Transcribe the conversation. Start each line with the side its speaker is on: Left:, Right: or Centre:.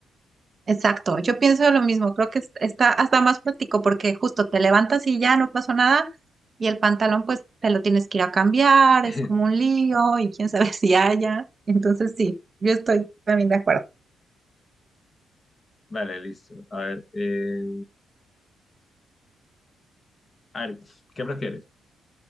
Right: Exacto, yo pienso lo mismo, creo que es- está hasta más práctico porque justo te levantas y ya no pasó nada y el pantalón pues te lo tienes que ir a cambiar,
Left: <laughs>
Right: es como un lío y quién sabe <laughs> si haya. Entonces sí, yo estoy también de acuerdo.
Left: Vale, listo. A ver, eh, A ver, ¿qué prefieres?